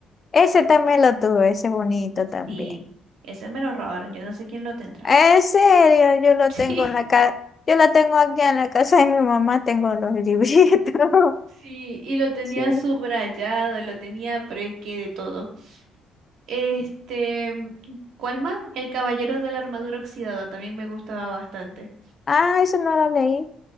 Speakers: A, on the left; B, on the right.
A: Ese también lo tuve, ese bonito también.
B: Y ese me lo robaron, yo no sé quién lo tendrá.
A: En serio, yo lo
B: <laughs> Sí.
A: tengo en la ca Yo la tengo aquí en la casa de mi mamá, tengo los libritos. <laughs>
B: Sí, y lo tenía
A: Sí.
B: subrayado, lo tenía, pero es que de todo. Este, mm, ¿cuál más? El Caballero de la Armadura Oxidada, también me gustaba bastante.
A: Ah, eso no lo leí.